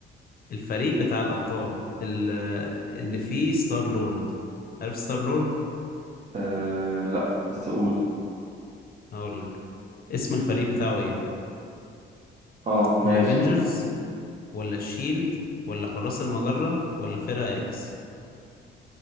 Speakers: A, on the left (about 50°); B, on the right (about 40°).
A: الفريق بتاع الأبطال ال- اللي فيه ستار لورد عارف ستار لورد؟
B: أه لا بس قول
A: هقول لك اسم الفريق بتاعه إيه؟
B: اه ماشي
A: الأفينجرز ولا الشيلد ولا حراس المجرة ولا فرقة إكس؟